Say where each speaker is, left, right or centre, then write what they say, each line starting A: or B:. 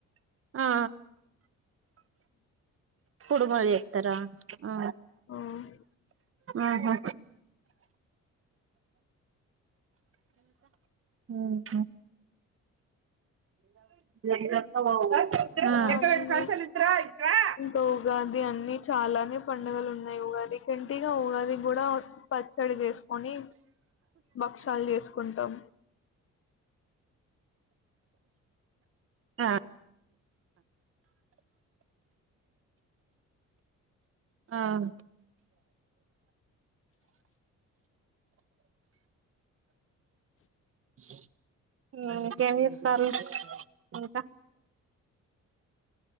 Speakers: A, on the right; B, on the left.
A: ఆ కుడుములు చేత్తరా ఆ
B: ఉమ్
A: ఆహా మ్మ్ హ్మ్ లెక్కపెట్టి
B: ఆ అన్ని
A: పైసల్ ఇత్తరా ఇటు రా
B: ఇంకా ఉగాది అన్ని చాలానే పండగలున్నాయి ఉగాది కంటిగా ఉగాది కూడా పచ్చడి చేేసుకొని భక్షాలు చేసుకుంటాం
A: ఆ ఆ అ <unintelligible> ఇంకేం చేస్తారు ఇంకా